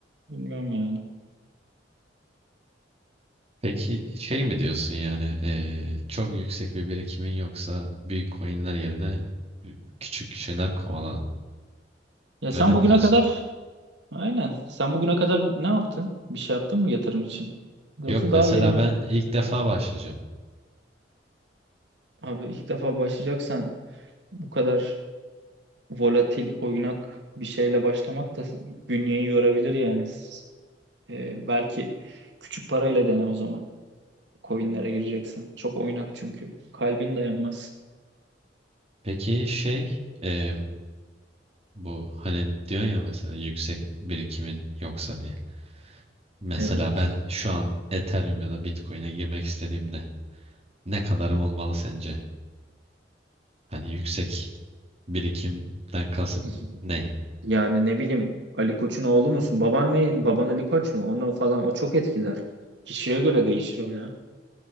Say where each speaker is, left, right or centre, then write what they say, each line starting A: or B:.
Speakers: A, on the right; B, on the right.
A: Bilmiyorum yani.
B: Peki şey mi diyorsun yani eee, çok yüksek bir birikimin yoksa büyük coinler yerine küçük şeyler kovala
A: Ya sen
B: öyle mi
A: bugüne
B: diyorsun?
A: kadar aynen sen bugüne kadar ne yaptın? Bir şey yaptın mı yatırım için? Yoksa
B: Yok
A: daha
B: mesela
A: yeni mi?
B: ben ilk defa başlayacağım.
A: Abi ilk defa başlayacaksan bu kadar volatil, oynak bir şeyle başlamak da bünyeyi yorabilir yani. Ee, belki küçük parayla dene o zaman. Coinlere gireceksen. Çok oynak çünkü. Kalbin dayanmaz.
B: Peki şey eee, bu hani diyorsun ya mesela yüksek birikimin yoksa diye. Mesela
A: Evet.
B: ben şu an Ethereum ya da Bitcoin'e girmek istediğimde ne kadarım olmalı sence? Hani yüksek birikimden kasıt
A: İki-
B: ne?
A: Yani ne bileyim Ali Koç'un oğlu musun? Baban ne? Baban Ali Koç mu? Onu falan o çok etkiler. Kişiye göre değişir o ya.